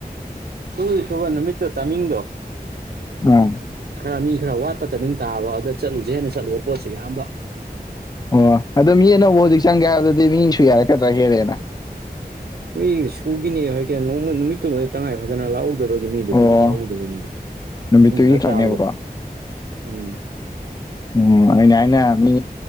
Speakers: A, on the right; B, on the left.
A: ꯇꯨꯡꯒꯤ ꯁꯕꯥꯥ ꯅꯨꯃꯤꯠꯇ ꯇꯥꯃꯤꯡ ꯗꯣ
B: ꯑꯥ
A: ꯈꯔ ꯃꯤ ꯈꯔ ꯋꯥꯠꯄ ꯇꯃꯤꯡ ꯇꯥꯕ ꯑꯗꯨꯗ ꯆꯠꯂꯨꯁꯦ ꯍꯦꯟꯅ ꯆꯠꯂꯨꯕ ꯄꯣꯠꯁꯤꯦ ꯑꯌꯥꯝꯕ
B: ꯑꯣ ꯑꯗꯣ ꯃꯤ ꯑꯅꯧꯕ ꯍꯧꯖꯤꯛ ꯆꯪꯒꯦ ꯍꯥꯏꯕꯗꯗꯤ ꯃꯤꯁꯨ ꯌꯥꯔꯛꯀꯗ꯭ꯔꯥ ꯍꯦꯜꯂꯦꯅ
A: ꯁ ꯃꯤꯗꯤ ꯁꯨꯈꯤꯅꯤ ꯑꯩꯣꯏ ꯀ ꯅꯣꯡꯃ ꯅꯨꯃꯤꯠꯇꯨꯃꯗ ꯇꯉꯥꯏ ꯐꯗꯅ ꯂꯥꯛꯎ ꯇꯗꯕꯒꯤ ꯃꯤꯗꯨ
B: ꯑꯣ
A: ꯀꯩꯅꯣ ꯇꯧꯍꯧꯗꯕꯅꯤꯗ
B: ꯅꯨꯃꯤꯠꯇꯨꯒꯤ
A: ꯃꯤ ꯐꯔꯛ
B: ꯈꯛꯅꯦꯕꯀꯣ
A: ꯇꯥꯕꯗꯣ ꯎꯝ
B: ꯎꯝ ꯑꯅꯦ ꯍꯥꯏꯅ ꯃꯤ